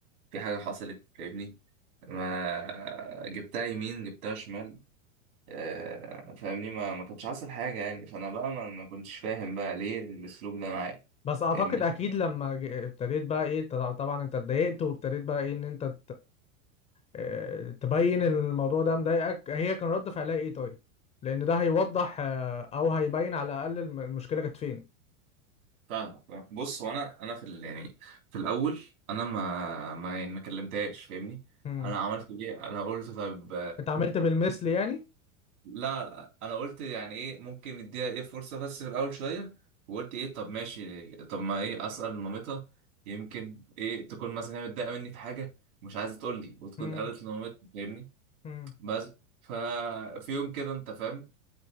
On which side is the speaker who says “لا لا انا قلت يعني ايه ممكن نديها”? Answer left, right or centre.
Right